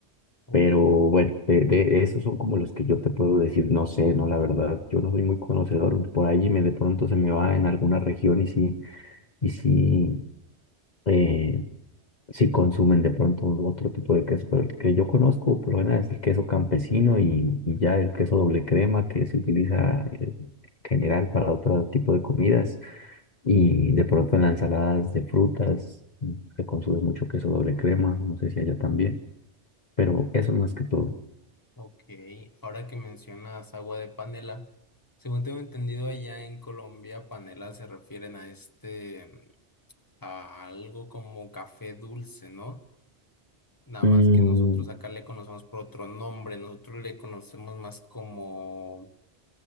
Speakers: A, on the left (about 20°); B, on the left (about 40°).
A: Ok.
B: Pero bueno, de, de esos son como los que yo te puedo decir, no sé, no, la verdad, yo no soy muy conocedor, por ahí me de pronto se me va en alguna región y sí, y sí eh, si consumen de pronto otro tipo de queso, pero el que yo conozco por lo general es el queso campesino y, y ya el queso doble crema que se utiliza eh, en general para otro tipo de comidas y de pronto en las ensaladas de frutas mm, se consume mucho queso doble crema, no sé si allá también, pero eso más que todo.
A: Ok, ahora que mencionas agua de panela, según tengo entendido allá en Colombia, panela se refieren a este, mm, a algo como café dulce, ¿no? Nada
B: Mm,
A: más que nosotros acá le conocemos por otro nombre, nosotros le conocemos más como,